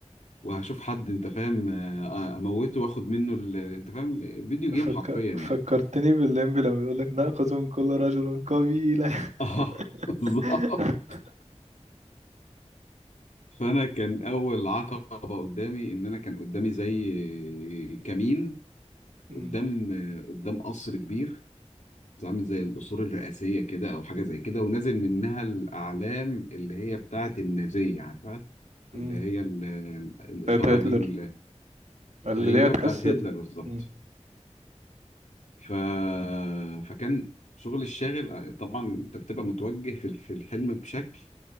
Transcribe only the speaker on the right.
فك...
فكرتني باللمبي لما بيقول لك نأخذ من كل رجل قبيلة
<laughs>
مم.
مم.
بتاعت هتلر
اللي
ليه
تحس
ب-
مم.